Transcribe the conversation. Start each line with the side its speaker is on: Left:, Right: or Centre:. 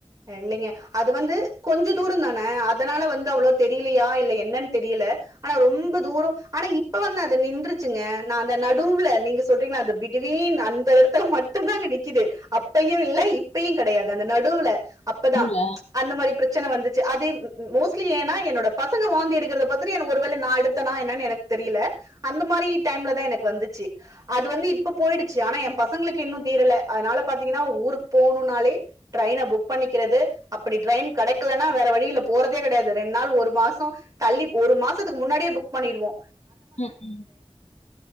Right: அ இல்லைங்க அது வந்து கொஞ்ச தூரந்தான அதனால வந்து அவ்வளவு தெரியலையா இல்ல என்னன் தெரியல ஆனா ரொம்ப தூரோ ஆனா இப்ப வந்து அது நின்றுச்சுங்க நா அந்த நடுவுல நீங்க சொல்றீங்களா அந்த பிட்வீன் அந்த எடத்துல மட்டுந்தாங்க நிக்குது அப்பையு இல்ல இப்பையு கெடையாது அந்த நடுவுல அப்பதா
Left: இதுல
Right: அந்த மாரி ப்ரச் பிரச்சன வந்துச்சு அதே ம் ம் மோஸ்ட்லி ஏன்னா என்னோட பசங்க வாந்தி எடுக்குரத பாத்துட்டு எனக்கு ஒருவேள நா எடுத்தனா என்னனு எனக்கு தெரியல அந்த மாரி டைம் ல தான் எனக்கு வந்துச்சி அது வந்து இப்ப போய்டுச்சு ஆனா ஏ பசங்களுக்கு இன்னு தீரல அதனால பாத்தீங்கன்னா ஊருக்கு போனும்நாளே ட்ரெய்ன புக் பண்ணிக்கிறது அப்படி ட்ரெயின் கெடைக்கலன்னா வேற வழியில போறதே கெடயாது ரெண்டு நாள் ஒரு மாச தள்ளி ஒரு மாசத்துக்கு முன்னாடியே புக் பண்ணிடுவோ
Left: ம் ம்